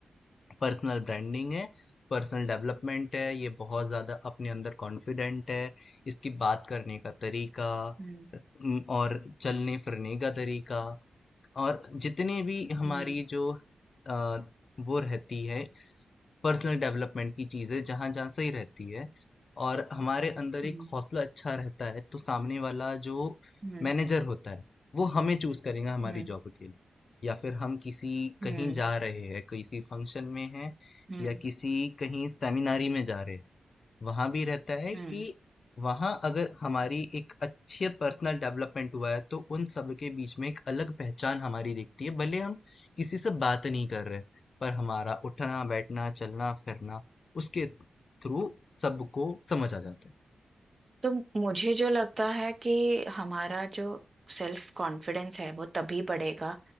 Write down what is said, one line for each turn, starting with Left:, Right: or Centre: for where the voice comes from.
Left: पर्सनल ब्रांडिंग है, पर्सनल डेवलपमेंट है, ये बहुत ज़्यादा अपने अंदर कॉन्फिडेंट है, इसकी बात करने का तरीका
Right: हम्म
Left: उम, और चलने फिरने का तरीका और जितने भी हमारी
Right: हम्म
Left: जो अ, वो रहती है पर्सनल डेवलपमेंट की चीज़ें जहाँ-जहाँ सही रहती है और हमारे अंदर
Right: हम्म
Left: एक हौसला अच्छा रहता है, तो सामने वाला जो
Right: हम्म
Left: मैनेजर होता है, वो हमें चूज़ करेगा हमारी
Right: हम्म हम्म
Left: जॉब के लिए। या फिर हम किसी
Right: हम्म
Left: कहीं
Right: हम्म
Left: जा रहे हैं, किसी फंक्शन में हैं
Right: हम्म,
Left: या किसी कहीं सेमिनारी में जा रहे हैं। वहाँ भी रहता है
Right: हम्म।
Left: कि वहाँ अगर हमारी एक अच्छी पर्सनल डेवलपमेंट हुआ है तो उन सब के बीच में एक अलग पहचान हमारी दिखती है भले हम किसी से बात नहीं कर रहे पर हमारा उठना बैठना चलना फिरना उसके थ्रू सबको समझ आ जाता है
Right: तो मुझे जो लगता है कि हमारा जो सेल्फ कॉन्फिडेंस है वो तभी बढ़ेगा